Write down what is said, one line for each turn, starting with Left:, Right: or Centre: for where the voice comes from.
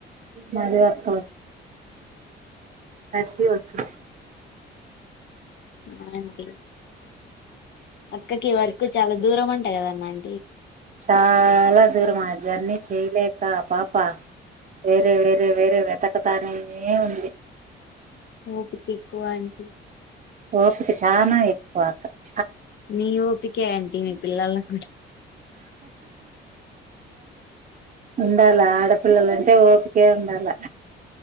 Right: మధు అక్క బస్తీ వచ్చిస్
Left: ఆంటీ అక్కకి వర్క్ కు చాలా దూరం అంట కదన్నా ఆం
Right: చాలా దూరం మా జర్నీ చేయలేక పాప వేరే వేరే వేరే వెతకతనే ఉంది
Left: ఓపిక ఎక్కువ ఆంటీ
Right: ఓపిక చానా ఎక్కువ ఆ
Left: మీ ఓపికే ఆంటీ మీ పిల్లల కూడా
Right: ఉండాలా ఆడపిల్లలంటే ఓపికే ఉండాలా